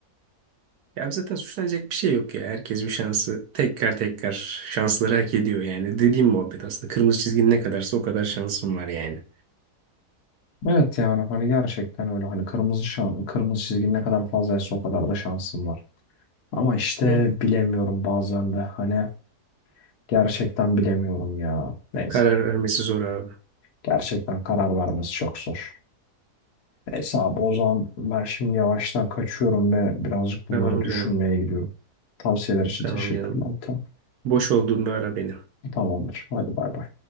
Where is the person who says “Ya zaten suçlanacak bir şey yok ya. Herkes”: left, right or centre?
Right